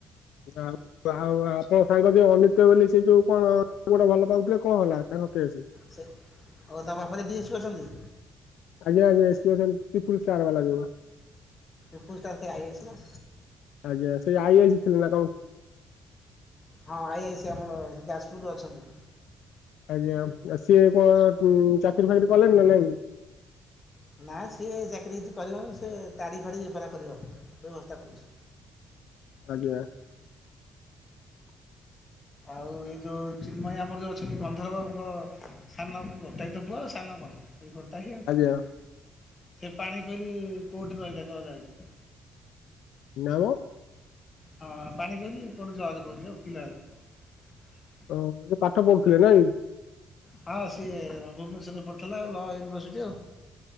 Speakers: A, on the left (about 80°); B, on the left (about 30°).
A: ଯାହା ଆଉ ଆପଣ ସାଙ୍ଗ ଯିଏ ଅନିତା ବୋଲି ସେଯୋଉ କଣ ପୁଅଟା ଭଲ ପାଉଥିଲେ କଣ ହେଲା ତାଙ୍କ କେସ୍?
B: ସେ ଓ ତମ ବାପା <unintelligible> ଡିଏସ୍ପି ଅଛନ୍ତି।
A: ଆଜ୍ଞ ଆଜ୍ଞା ଏସ୍କିମୋଟୋଲ ପିକୁଲ୍ ଷ୍ଟାର ବାଲା ଯୋଉ।
B: ଉପୁ ଷ୍ଟାଫେ ଆଇ ଆଇ ସି ନା।
A: ଆଜ୍ଞା ସେ ଆଇ ଆଇ ସି ଥିଲେନା କ
B: ହଁ ଆଇ ଆଇ ସି ଆମର ଯାଜପୁରରେ ଅଛନ୍ତି।
A: ଆଜ୍ଞା ଆ ସିଏ କଁ କୁଁ ଚାକିରି ଫାକିରି କଲେଣିନା ନାଇଁ?
B: ନା ସିଏ ଚାକିରି କିଛି କରିବନି ସେ ତାଡ଼ି ଫାଡ଼ି ବେପାର କରିବ ବ୍ୟବସ୍ଥା କରୁଚି।
A: ଆଜ୍ଞା। <inaudible>
B: ଆଉ ଏଇ ଯୋଉ ଚିନ୍ମୟୀ ଆମର ଯୋଉ ଅଛନ୍ତି ଗନ୍ଧରବାବୁଙ୍କ ସାନ ଗୋଟାଏତ ପୁଅ ଆଉ ସାନ କଣ? ଏଇ ଗୋଟାକି ଆଉ
A: ଆଜ୍ଞା
B: ସେ ପାଣି କୋଇଲି କୋର୍ଟରେ ରହିଲା ଜଜ୍‌ ଆଜି।
A: ନାଁ ମ।
B: ହଁ ପାଣି କୋଇଲି କୋଉଠୁ ଜଜ୍‌ କହୁଚି ଏ ଓକିଲ ହେଲା।
A: ଓ ଏ ପାଠ ପଢ଼ୁଥିଲେ ନାଇଁ?
B: ହଁ ସିଏ ଭୁବନେଶ୍ଵରରେ ପଢ଼ିଥିଲା ଲ ୟୁନିଭରସିଟି ଆଉା।